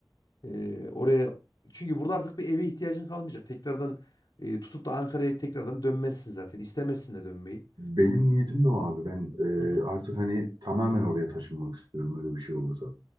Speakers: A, on the left; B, on the right.
A: Ee, oraya çünkü burada artık bir eve ihtiyacın kalmayacak. Tekrardan e, tutup da Ankara'ya tekrardan dönmezsin zaten. İstemezsin de dönmeyi.
B: Benim niyetim de o abi. Ben e,
A: Hı hı,
B: artık hani tamamen oraya taşınmak istiyorum öyle bir şey olursa.